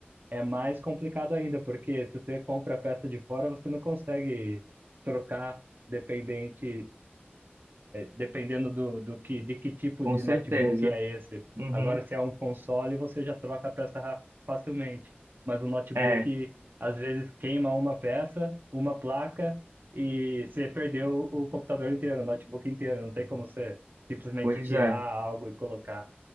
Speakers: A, on the right; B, on the right.
A: É mais complicado ainda, porque se você compra a peça de fora, você não consegue trocar dependente dependendo do, do que, de que tipo
B: com
A: de
B: certeza.
A: notebook é esse.
B: Uhum.
A: Agora, se é um console, você já troca a peça ra- facilmente. Mas o notebook,
B: É,
A: às vezes, queima uma peça, uma placa, e você perdeu o computador inteiro, o notebook inteiro. Não tem como você simplesmente
B: pois
A: tirar
B: é.
A: algo e colocar.